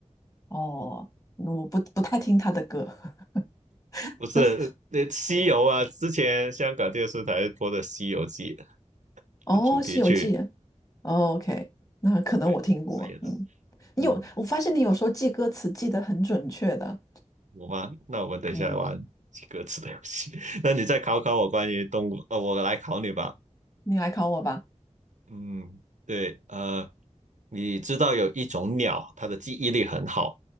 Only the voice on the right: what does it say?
<laughs> 不是那《西游》啊，
之前香港电视台播的《西游记》
的主题曲，
对，扮演的。
嗯，
我吗？那我们等一下玩
歌词的游戏。<laughs> 那你再考考我关于动物，呃，我来考你吧。
嗯，对，呃，你知道有一种鸟，它的记忆力很好，